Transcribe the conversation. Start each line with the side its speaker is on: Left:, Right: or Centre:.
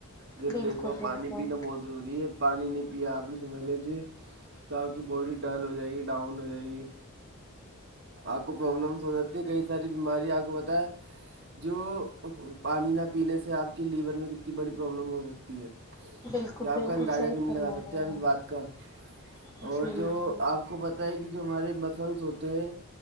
Right: جب
Left: بالکل
Right: دھو آپ پانی
Left: بالکل
Right: پینا بہت ضروری ہے پانی نہیں پیا آپ نے سمجھ لیجے تہ باڈی ڈل ہو جائے گی ڈاؤن ہو جائے گی آپ کو پرابلمس ہو جاتی ہیں کئی ساری بیماری آپ کو بت ہے جو پانی نہ پینے سے آپ کے لیور میں کتنی بڑی پرابلم ہو سکتی ہے
Left: بالکل
Right: آپ
Left: بالکل
Right: کا اندازہ
Left: صحیح
Right: بھی نہیں
Left: فرما
Right: لگا سکتے
Left: رہے
Right: آپ
Left: ہیں
Right: اس بات کا
Left: آپ
Right: اور
Left: جی
Right: جو
Left: جی
Right: آپ کو پت ہے کہ جو ہمارے مسلس ہوتے ہیں